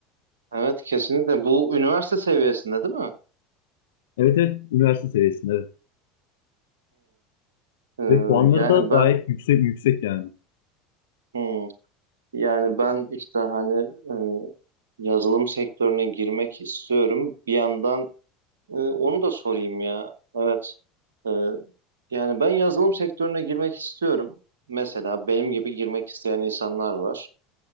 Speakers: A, on the right; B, on the left.
A: Evet kesinlikle. Bu üniversite seviyesinde değil mi?
B: Evet evet üniversite seviyesinde. evet.
A: Hmm.
B: Ve puanları
A: E, yani
B: da
A: ben
B: gayet yüksek yüksek yani.
A: hmm. Yani ben işte hani e, yazılım sektörüne girmek istiyorum. Bir yandan e, onu da sorayım ya. Evet. E, yani ben yazılım sektörüne girmek istiyorum. Mesela benim gibi girmek isteyen insanlar var.